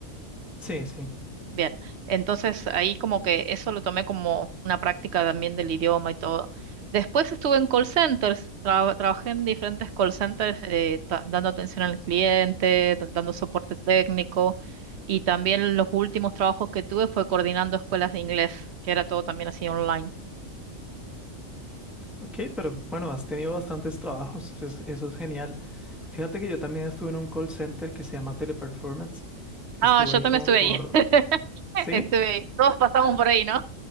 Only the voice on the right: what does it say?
Bien, entonces ahí como que eso lo tomé como una práctica también del idioma y todo. Después estuve en call centers, tra- trabajé en diferentes call centers eh, ta- dando atención al cliente, da- dando soporte técnico y también los últimos trabajos que tuve fue coordinando escuelas de inglés, que era todo también así online.
Ah, yo
también
estuve
ahí.
Estuve, todos pasamos por ahí, ¿no?